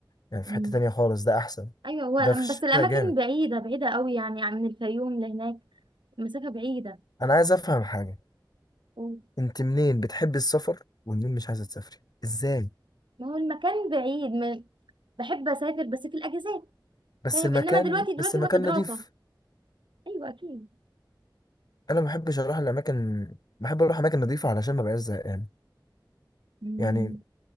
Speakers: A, on the left; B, on the right.
A: يعني في
B: مم.
A: حته تانية خالص ده احسن
B: ايوه هو
A: ده في الشتاء
B: بس الاماكن
A: جامد
B: بعيدة بعيدة قوي يعني يعني من الفيوم لهناك المسافة بعيدة
A: انا عايز افهم حاجه
B: و-
A: انت منين بتحب السفر ومنين مش عايزه تسافري ازاي
B: ما هو المكان بعيد من بحب اسافر بس في الاجازات
A: بس
B: فاهم
A: المكان
B: انما دلوقتي دلوقتي
A: بس المكان
B: وقت دراسة
A: نضيف
B: ايوه اكيد
A: انا ما بحبش اروح الاماكن بحب اروح اماكن نظيفه علشان ما بقاش زهقان
B: مم.
A: يعني